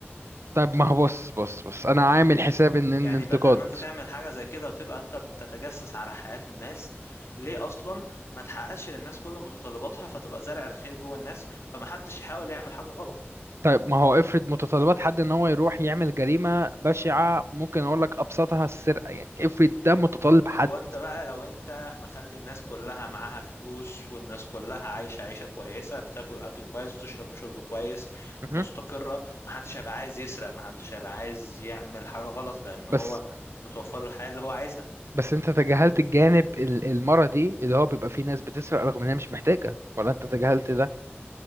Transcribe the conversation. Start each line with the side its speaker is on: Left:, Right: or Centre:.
Right: طيب ما هو بص بص بص انا عامل حساب ان
Left: يعني
Right: الانتقاد
Left: بدل ما انت تعمل حاجة زي كده وتبقى انت بتتجسس على حياة الناس ليه اصلا ما تحققش للناس كل متطلباتها فتبقى زارع الخير جوه الناس فمحدش يحاول يعمل حاجة غلط
Right: طيب ما هو افرض متطلبات حد ان هو يروح يعمل جريمه بشعه ممكن اقول لك ابسطها السرقه يعني افرض ده متطلب
Left: ما
Right: حد
Left: هو انت بقى لو انت مخلي الناس كلها معاها فلوس والناس كلها عايشة عيشة كويسة بتاكل اكل كويس وتشرب شرب كويس
Right: مهم.
Left: مستقرة محدش هيبقى عايز يسرق محدش هيبقى عايز يعمل حاجة غلط لان هو
Right: بس
Left: متوفر له الحياة اللي هو عايزها
Right: بس انت تجاهلت الجانب ال- المرضي اللي هو بيبقى فيه ناس بتسرق رغم ان هي مش محتاجة ولا انت تجاهلت ده